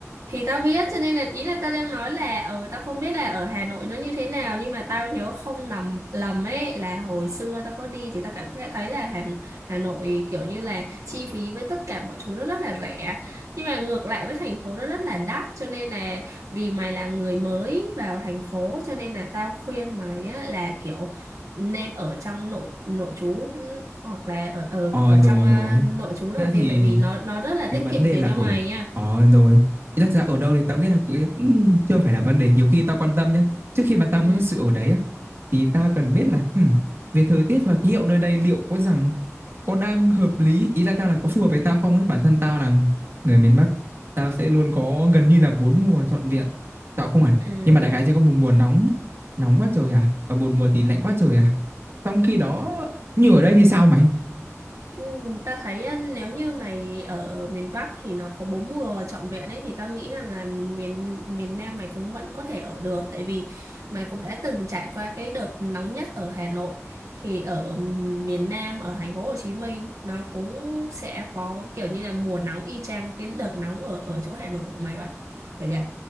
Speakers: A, on the right; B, on the right.
A: thì tao biết cho nên là ý là tao đang nói là ờ tao không biết là ở Hà Nội nó như thế nào nhưng mà tao nhớ không nằm lầm ấy là hồi xưa tao có đi thì tao cảm thấy thấy là Hà, Hà Nội kiểu như là chi phí với tất cả mọi thứ nó rất là rẻ nhưng mà ngược lại với thành phố nó rất là đắt cho nên là vì mày là người mới vào thành phố cho nên là tao khuyên mày á, là kiểu nên ở trong nội nội trú ừ, hoặc là ở ở
B: ờ
A: ở
B: rồi
A: trong à,
B: rồi
A: nội trú đầu
B: thế
A: tiên
B: thì
A: tại vì nó nó rất là
B: cái
A: tiết
B: vấn
A: kiệm
B: đề
A: tiền
B: là
A: cho
B: ở
A: mày nha
B: ờ rồi ý là thật ra ở đâu thì tao nghĩ là cũng cũng chưa phải là vấn đề nhiều khi tao quan tâm nhá trước khi mà tao
A: ừ
B: muốn thật sự ở đấy á thì tao cần biết là ừm, về thời tiết và khí hậu nơi đây liệu có rằng có đang hợp lý ý là tao là có phù hợp với tao không ấy bản thân tao là người miền Bắc tao sẽ luôn có gần như là bốn mùa trọn vẹn tao không hẳn
A: ừ
B: nhưng mà đại khái sẽ có một mùa nóng nóng quá trời à và một mùa thì lạnh quá trời à trong khi đó như ở đây thì sao mày
A: Ừ, ta thấy á, nếu như mày ở miền Bắc thì nó có bốn mùa trọn vẹn ấy thì ta nghĩ rằng là miền miền Nam mày cũng vẫn có thể ở được tại vì mày cũng đã từng trải qua cái đợt nóng nhất ở Hà Nội thì ở miền Nam ở thành phố Hồ Chí Minh nó cũng sẽ có kiểu như là mùa nóng y chang cái đợt nóng ở ở chỗ Hà Nội của mày vậy. Kiểu vậy